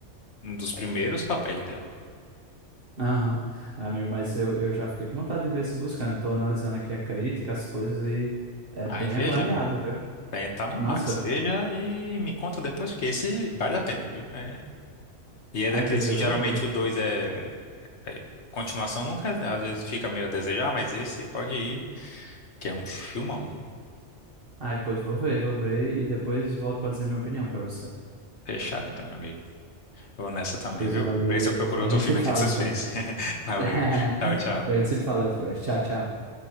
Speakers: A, on the left (about 65°); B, on the right (about 50°).
A: um dos primeiros papéis dela.
B: Aham. Amigo, mas eu, eu já fiquei com vontade de ver esse buscando. Estou analisando aqui a crítica, as coisas e é
A: Ai,
B: bem
A: veja,
B: avaliado,
A: amigo.
B: viu?
A: É, tá no Max.
B: Nossa,
A: Veja e me conta depois, porque esse vale a pena, viu? É. E é
B: aí
A: daqueles
B: pois
A: que
B: eu
A: geralmente
B: vou ver.
A: o dois é, é- Continuação nunca, às vezes, fica meio a desejar, mas esse pode ir, que é um filmão, viu?
B: Aí pois vou ver, vou ver e depois volto para dizer minha opinião para você.
A: Fechado, então, meu amigo. Vou nessa também,
B: Pois
A: viu?
B: valeu.
A: Por isso eu procuro
B: A
A: outro
B: gente
A: filme
B: se fala
A: aqui de suspense.
B: então.
A: <laughs> Valeu.
B: <laughs>
A: Tchau, tchau.
B: A gente se fala depois. Tchau, tchau.